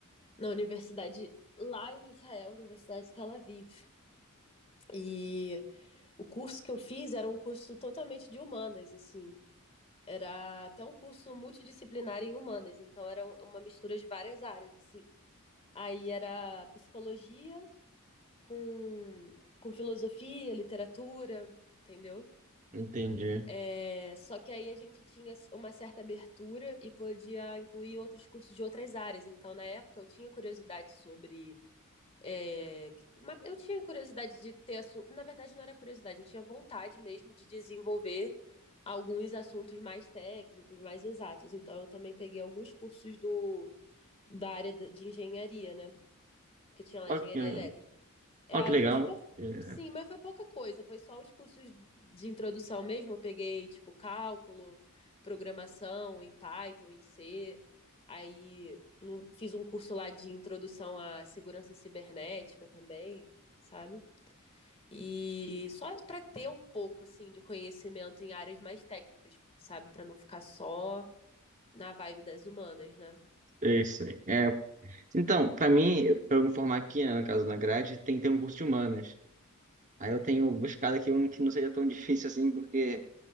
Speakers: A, on the left (about 30°); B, on the right (about 35°).
A: na universidade lá em Israel, Universidade de Tel Aviv. E o curso que eu fiz era um curso totalmente de humanas, assim. Era até um curso multidisciplinar em humanas, então era um, uma mistura de várias áreas, assim. Aí era psicologia com, com filosofia, literatura, entendeu?
B: Entendi.
A: É, só que aí a gente tinha uma certa abertura e podia incluir outros cursos de outras áreas. Então, na época, eu tinha curiosidade sobre. é, eu tinha curiosidade de ter assunto. Na verdade, não era curiosidade, eu tinha vontade mesmo de desenvolver alguns assuntos mais técnicos, mais exatos. Então, eu também peguei alguns cursos do, da área de engenharia, né? que tinha lá
B: Ó,
A: engenharia
B: que
A: elétrica. É,
B: ó, que legal.
A: mas pou-
B: É,
A: sim, mas foi pouca coisa, foi só os cursos de introdução mesmo. Eu peguei, tipo, cálculo, programação em Python, em C. Aí no- fiz um curso lá de introdução à segurança cibernética também, sabe? E só para ter um pouco, assim, de conhecimento em áreas mais técnicas, sabe? Para não ficar só na vibe das humanas, né?
B: é isso aí. Então, para mim, para eu me formar aqui, né, no caso na grade, tem que ter um curso de humanas.
A: Uhum,
B: Aí eu tenho buscado aqui um que não seja tão <laughs> difícil assim, porque,